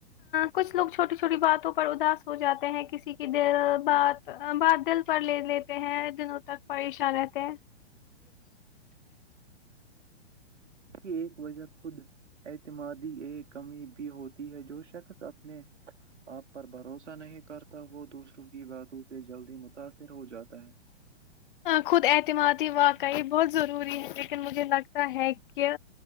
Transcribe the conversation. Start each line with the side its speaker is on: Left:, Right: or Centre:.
Left: کچھ لوگ چھوٹی چھوٹی باتوں پر اداس ہو جاتے ہیں کسی کی د بات بات دل پر لے لیتے ہیں دنوں تک پریشان رہتے ہیں
Right: اس کی ایک وجہ خود اعتمادی ایک کمی بھی ہوتی ہے جو شخص اپنے آپ پر بھروسہ نہیں کرتا وہ دوسروں کی باتوں سے جلدی متاثر ہو جاتا ہے
Left: خود اعتمادی واقعی بہت ضروری ہے لیکن مجھے لگتا ہے کہ